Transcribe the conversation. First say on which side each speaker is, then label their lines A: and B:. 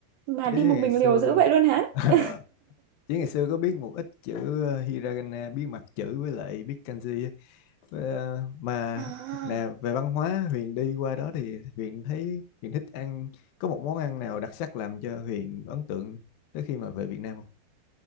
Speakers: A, on the right; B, on the left.
A: mà
B: chứ
A: đi
B: ngày
A: một mình
B: xưa
A: liều dữ vậy luôn hả
B: <laughs>
A: <laughs>
B: chứ ngày xưa có biết một ít chữ ờ, hiragana biết mặt chữ với lại biết kanji á. Với, ờ, mà
A: À.
B: nè về văn hóa Huyền đi qua đó thì Huyền thấy Huyền thích ăn có một món ăn nào đặc sắc làm cho Huyền ấn tượng tới khi mà về Việt Nam không